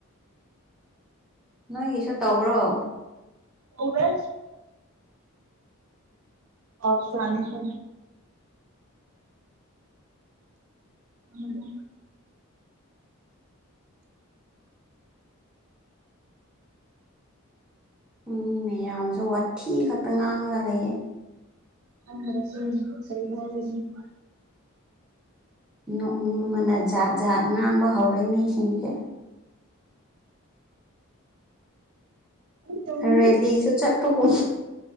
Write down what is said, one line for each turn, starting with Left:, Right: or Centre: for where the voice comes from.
Centre: ꯅꯣꯏꯒꯤꯁꯨ ꯇꯧꯕ꯭ꯔꯣ
Right: ꯑꯣꯔꯖ ꯑ ꯁꯅꯤ ꯈ ꯍꯗꯣ
Centre: ꯃꯤ ꯃꯌꯥꯝꯁꯨ ꯋꯥꯊꯤ ꯈꯠꯄ ꯉꯥꯡꯂꯒ ꯂꯩꯌꯦ
Right: ꯑꯗ꯭ꯔ ꯍ ꯀꯌꯥ
Centre: ꯅꯣꯛꯅꯤꯡ ꯃꯅ ꯖꯥꯠ ꯖꯥꯠ ꯉꯥꯡꯕ ꯍꯧꯔꯦ ꯃꯤꯁꯤꯡꯁꯦ
Right: ꯇꯧꯅꯤꯡꯉꯤ
Centre: ꯔꯦꯂꯤ ꯆ ꯆꯠ ꯆꯠꯄꯒꯨꯝ